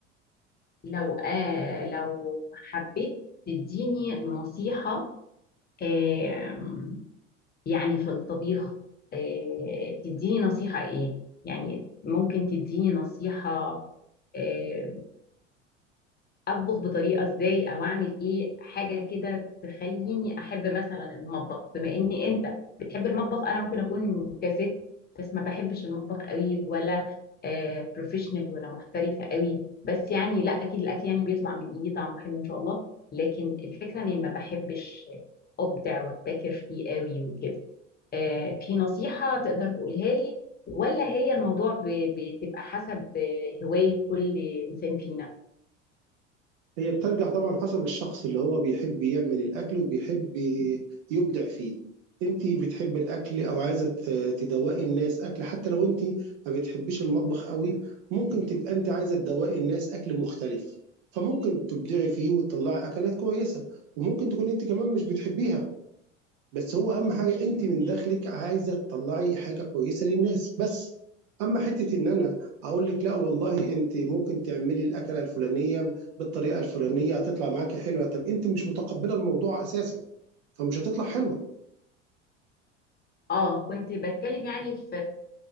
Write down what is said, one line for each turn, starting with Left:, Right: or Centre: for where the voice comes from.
Left: لو آه لو حبيت تديني نصيحة آم، يعني في الطبيخ آه، تديني نصيحة ايه يعني ممكن تديني نصيحة آه، اطبخ بطريقه ازاي او اعمل ايه حاجه كده تخليني احب مثلا المطبخ بما ان انت بتحب المطبخ انا ممكن اكون كست بس ما بحبش المطبخ قوي ولا آه بروفيشنال ولا محترفه قوي بس يعني لا اكيد الاكل يعني بيطلع من ايدي طعمه حلو ان شاء الله لكن الفكره اني ما بحبش ابدع وابتكر فيه قوي وكده آه في نصيحه تقدر تقولها لي ولا هي الموضوع ب- بتبقى حسب آه، هوايه كل انسان فينا
Right: هي بترجع طبعا حسب الشخص اللي هو بيحب يعمل الأكل وبيحب يبدع فيه انت بتحب الأكل أو عايزة ت- تدوقي الناس أكل حتى لو انت ما بتحبيش المطبخ قوي ممكن تبقى انت عايزة تدوقي الناس أكل مختلف فممكن تبدعي فيه وتطلعي أكلات كويسة وممكن تكون انت كمان مش بتحبيها بس هو اهم حاجه انت من داخلك عايزه تطلعي حاجه كويسه للناس بس اما حته ان انا اقول لك لا والله انت ممكن تعملي الاكله الفلانيه بالطريقه الفلانيه هتطلع معاكي حلوه طب انت مش متقبله الموضوع اساسا فمش هتطلع حلوه
Left: اه كنت بتكلم يعني في